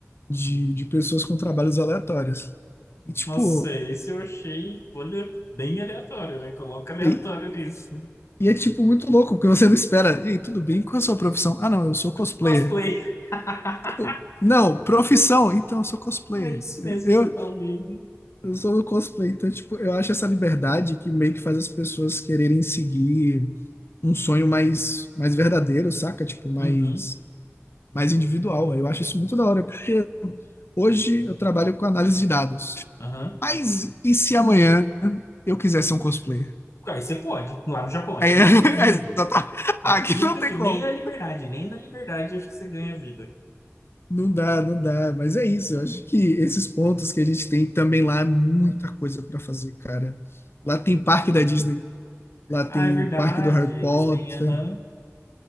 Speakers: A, on the left; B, on the left.
A: de, de pessoas com trabalhos aleatórios. E, tipo,
B: Nossa, esse eu achei, olha, bem aleatório, né? Coloca aleatório
A: e,
B: nisso.
A: e é, tipo, muito louco, porque você não espera. E aí, tudo bem? Qual é a sua profissão? Ah, não, eu sou cosplayer.
B: É um cosplay. <laughs>
A: Tipo, não, profissão? Então, eu sou cosplayer.
B: Não é isso
A: Eu,
B: mesmo
A: eu,
B: que você tá ouvindo.
A: eu sou um cosplayer. Então, tipo, eu acho essa liberdade que meio que faz as pessoas quererem seguir um sonho mais, mais verdadeiro, saca? Tipo, mais
B: Uhum,
A: mais individual. Eu acho isso muito da hora, porque hoje eu trabalho com análise de dados.
B: aham.
A: Mas e se amanhã eu quiser ser um cosplayer?
B: Aí você pode, lá no Japão. Aqui
A: Aí, <laughs>
B: duvido.
A: é exata-
B: Aqui,
A: aqui não
B: duvi-
A: tem como.
B: nem na Liberdade, nem na Liberdade acho que você ganha vida.
A: Não dá, não dá. Mas é isso. Eu acho que esses pontos que a gente tem também lá é muita coisa para fazer, cara. Lá tem parque da Disney, lá tem
B: Ah, é verdade,
A: o parque do Harry Potter,
B: eles têm, aham.